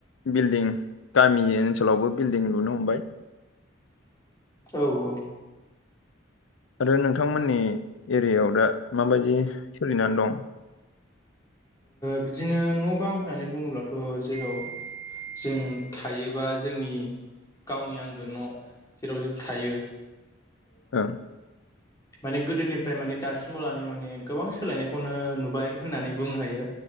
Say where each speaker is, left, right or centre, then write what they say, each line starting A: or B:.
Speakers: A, on the left (about 80°); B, on the left (about 20°).
A: बिल्डिं गामि ओनसोलावबो बिल्डिं लुनो हमबाय।
B: औ औ।
A: आरो नोंथांमोननि एरियायाव दा माबायदि सोलिनानै दं?
B: बिदिनो न' बां होननानै बुङोब्लाथ' जेराव जों थायोबा जोंनि गावनि आंगो न' जेराव जों थायो।
A: ओं
B: माने गोदोनिफ्राय माने दासिमाव लानायाव माने गोबां सोलायनायखौनो नुबाय होननानै बुंनो हायो।